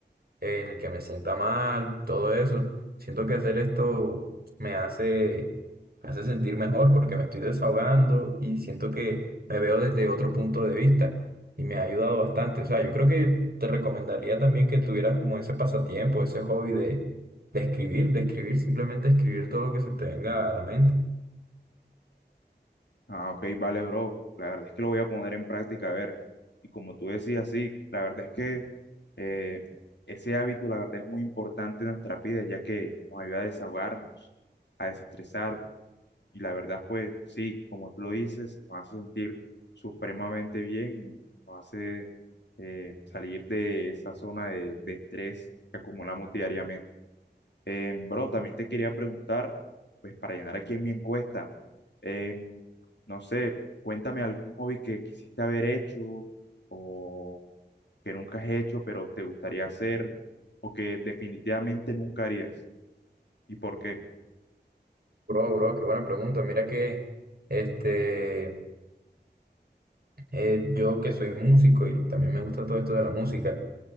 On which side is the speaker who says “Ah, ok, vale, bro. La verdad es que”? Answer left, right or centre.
Left